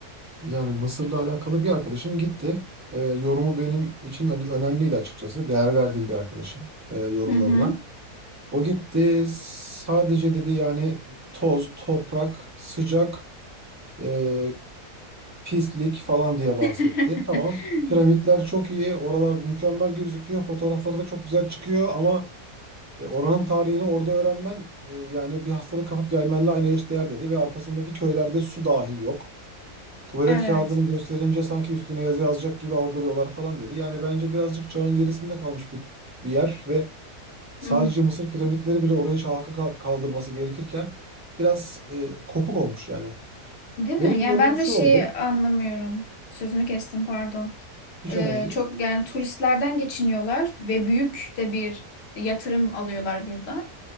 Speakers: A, on the right (about 20°); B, on the left (about 55°).
A: Yani Mısır'la alakalı bir arkadaşım gitti. Ee, yorumu benim için ö- önemliydi açıkçası. Değer verdiğim bir arkadaşım e, yorumlarına.
B: Hı hı.
A: O gitti sadece dedi yani toz, toprak, sıcak, e, pislik falan diye bahsetti.
B: <laughs>
A: Tamam. Piramitler çok iyi. Oralar mükemmel gözüküyor. Fotoğrafları da çok güzel çıkıyor ama e, oranın tarihini orada öğrenmen e, yani bir hastalık kapıp gelmenle aynı eşdeğer dedi ve arkasındaki köylerde su dahi yok. Tuvalet
B: Evet.
A: kağıdını gösterince sanki üstüne yazı yazacak gibi algılıyorlar falan dedi. Yani bence birazcık çağın gerisinde kalmış bir, bir yer ve sadece
B: Hı hı.
A: Mısır piramitleri bile orayı şaha ka- kaldırması gerekirken biraz e, kopuk olmuş yani.
B: Değil mi?
A: Benim de
B: Ya
A: yorumum
B: ben
A: şu
B: de şeyi
A: oldu.
B: anlamıyorum. Sözünü kestim pardon.
A: Hiç
B: Ee,
A: önemli değil.
B: çok yani turistlerden geçiniyorlar ve büyük de bir yatırım alıyorlar buradan.